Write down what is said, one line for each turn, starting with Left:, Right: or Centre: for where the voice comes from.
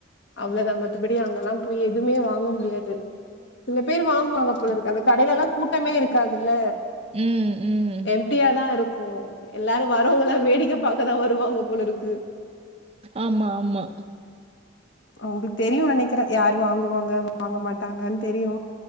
Left: அவ்ளோதா மத்தப படி அங்கல்லா போய் எதுமே போய் வாங்க முடியாது சில பேர் வாங்குவாங்க போலருக்கு அந்த கடைய்லெல்லா கூட் டமே இருக்காது இல்ல
Right: ம் ம்
Left: எம்டியாதா இருக்கு எல்லாரு வரவ்ங்கல்லா வேடிக்க பாக்கதா வருவாங்க போல இருக்கு.
Right: ஆமா ஆமா
Left: அவுங்களுக்கு தெரியு நெனைக்கிறே யாரு வாங்குவாங்க வாங்க மாட்டாங்கன் தெரியு